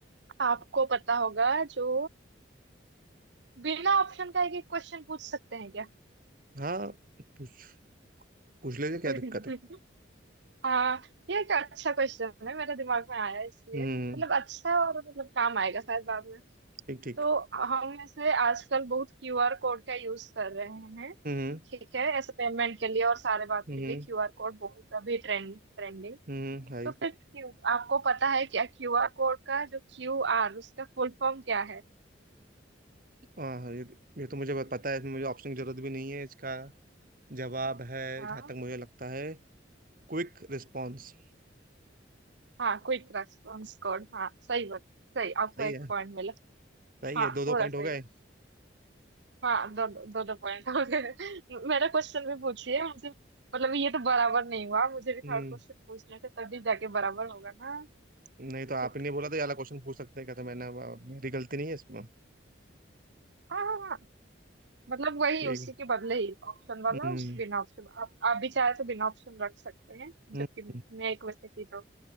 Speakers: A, on the right; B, on the right.
A: आपको पता होगा जो बिना ऑप्शन का एक एक क्वेश्चन पूछ सकते हैं क्या
B: हाँ पूछ पूछ लीजिए क्या
A: <laughs>
B: दिक्कत है
A: हाँ ये एक अच्छा क्वेश्चन है मेरे दिमाग में आया इसलिए
B: हम्म
A: मतलब अच्छा और मतलब काम आएगा शायद बाद में
B: ठीक ठीक
A: तो हम ऐसे आजकल बहुत क्यूआर कोड का यूज कर रहे हैं
B: हम्म
A: ठीक है ऐसे पेमेंट के लिए और सारे बात
B: हम्म
A: के लिए क्यूआर कोड बहुत अभी ट्रेंड ट्रेंडिंग
B: हम्म हाय
A: तो फिर क्यू आपको पता है क्या क्यूआर कोड का जो क्यूआर उसका फुल फॉर्म क्या है
B: हाँ हाँ, ये ये तो मुझे पता है इसमें मुझे ऑप्शन की जरूरत भी नहीं है इसका जवाब है
A: हाँ।
B: जहाँ तक मुझे लगता है क्विक रिस्पॉन्स
A: हाँ क्विक रेस्पॉन्स कोड हाँ सही बात सही आपको
B: सही
A: एक
B: है
A: पॉइंट मिला
B: सही
A: हाँ
B: है दो दो
A: पूरा
B: पॉइंट
A: सही
B: हो गए
A: हाँ दो दो दो पॉइंट हो गए मेरा क्वेश्चन भी पूछिए मुझे मतलब ये तो बराबर नहीं हुआ मुझे भी थर्ड
B: हम्म,
A: क्वेश्चन पूछने थे तभी जाके बराबर होगा ना
B: नहीं तो आपने
A: ठीक
B: नहीं बोला तो ये वाला क्वेश्चन पूछ सकते हैं क्या तो मैंने मेरी गलती नहीं है इसमें
A: हाँ हाँ हाँ मतलब वही
B: ठीक
A: उसी
B: है
A: के बदले ही ऑप्शन वाला
B: हम्म
A: उस बिना ऑप्शन आप आप भी चाहे तो बिना ऑप्शन रख सकते हैं
B: हम्म।
A: जबकि मैं एक वैसे थी तो